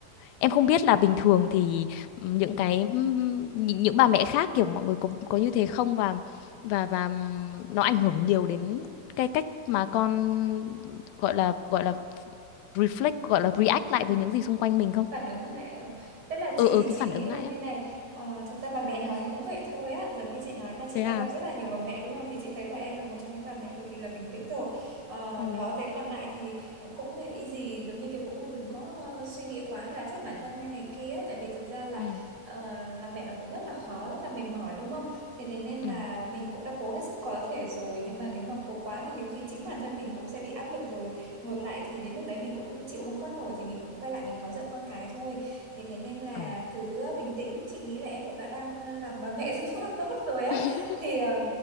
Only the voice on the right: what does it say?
Ừ.
phản ứng lại ờ. tức là chị
thì
chị
nghĩ
là
như
này ờ, thật ra bà mẹ nào thì cũng vậy thôi á giống như chị nói là chị
đã
gặp rất là nhiều bà mẹ đúng không thì chị thấy là em là một trong những bà mẹ cực kỳ là bình tĩnh rồi Ờ,
đó thế còn lại thì cũng là easy giống như kiểu cũng đừng có ờ, suy nghĩ quá hay là trách bản thân hay này kia á. tại vì thực ra là
ờ, làm mẹ nó cũng rất là khó rất là mệt mỏi đúng không thế thế nên là
mình cũng đã cố hết sức có thể rồi nhưng mà nếu mà cố quá thì nhiều khi chính bản thân mình cũng sẽ bị áp lực rồi ngược lại thì đến lúc đấy mình cũng chịu không có nổi thì mình cũng quay lại mình cáu giận con cái thôi thế thế nên là
cứ ờ, bình tĩnh chị nghĩ là em cũng đã đang làm bà mẹ <laughs> rất là tốt rồi á
thì ờ,